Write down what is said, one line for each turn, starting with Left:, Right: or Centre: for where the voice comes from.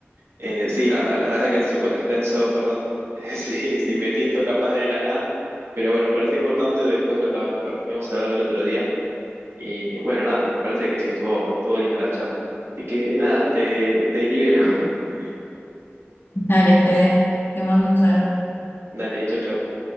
Right: Eh, sí, la, la verdad que es súper extenso, perdón <laughs> si, si metí esto capaz de la nada, pero bueno, me pareció importante después de lo que habíamos hablado el otro día. Y bueno, nada, me parece que sí estuvo, estuvo linda la charla. Así que nada, te, te libero. <laughs>
Left: <laughs> Dale, Fede, te mando un saludo.
Right: Dale, chau, chau.